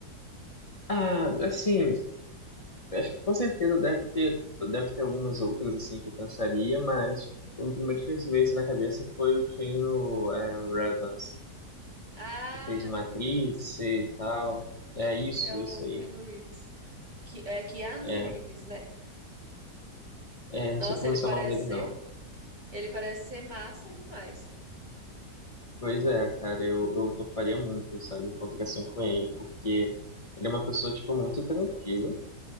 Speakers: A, on the left; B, on the right.
A: Ah, assim, acho que com certeza deve ter, deve ter algumas outras, assim, que eu pensaria, mas o primeiro que veio isso na cabeça foi o Keanu é, Reeves,
B: Ah,
A: que fez o Matrix
B: Keanu Reeves.
A: e tal. É isso,
B: É o
A: isso aí.
B: Keanu Reeves. Que, é Keanu
A: É,
B: Reeves, né?
A: é, não
B: Nossa,
A: sei pronunciar
B: ele parece
A: o nome dele,
B: ser,
A: não.
B: ele parece ser massa demais.
A: Pois é, cara, eu, eu toparia muito, sabe, encontrar assim com ele, porque ele é uma pessoa, tipo, muito tranquila.